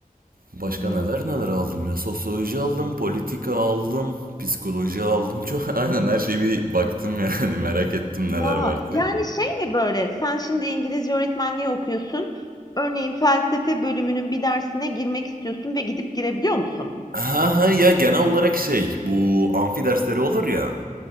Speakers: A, on the right; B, on the left.
A: Başka
B: Hı hı.
A: neler neler aldım ya. Sosyoloji aldım, politika aldım, psikoloji aldım. Çok <laughs> aynen her şeyi bir baktım yani <laughs> merak ettim
B: Ya,
A: neler var diye.
B: yani şey mi böyle? Sen şimdi İngilizce öğretmenliği okuyorsun. Örneğin felsefe bölümünün bir dersine girmek istiyorsun ve gidip girebiliyor musun?
A: Ha ha ya genel olarak şey bu amfi dersleri olur ya.